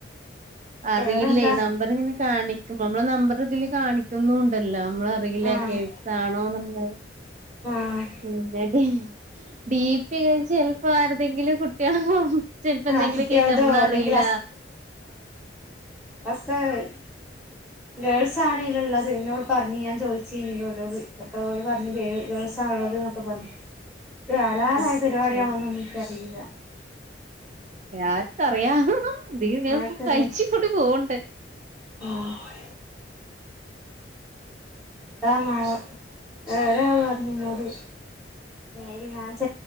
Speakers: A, on the right; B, in the centre.
A: അറിയില്ലേ
B: വേറെന്താ
A: നമ്പർ ഇങ്ങനെ കാണിക്ക്പോ നമ്മള നമ്പർ ഇതിൽ കാണിക്കുന്നുണ്ട് ഉണ്ടല്ലോ നമ്മളറിയില്ല
B: ആഹ്
A: ഗേൾസാണോന്നുള്ളത്
B: ആഹ്
A: പിന്നെത ഡീപി ചിലപ്പോ ആരതെങ്കിലും കുട്ടികളാവും ചെലപ്പോ എന്തെങ്കിലും
B: ആഹ് കുട്ടികൾതോ
A: കേക്കാ നമ്മളറില
B: അല്ലെങ്കിൽ അസാന <unintelligible> ഗേൾസ് ആണ് ഇതിലുള്ളത് എന്നോട് പറഞ്ഞ് ഞാൻ ചോയിച്ചീനി അപ്പൊ അവര് പറഞ്ഞ് ഗേൾ ള്ളതന്നൊക്കെ പറഞ്ഞു
A: <inaudible>
B: ഇദ് ഹലാലയ
A: ആഹ്
B: പരിപാടിയാണോന്നൊന്നും
A: ശരി
B: ഇൻക്കറിയീല
A: ആർക്കറിയ എ
B: ആർക്കറിയ
A: കഴിച്ച കൂടി പോവണ്ട്
B: ആഹ് എന്താനവം ഒരാൾ പറന്നു എന്നോട് മ് ഞാൻ ച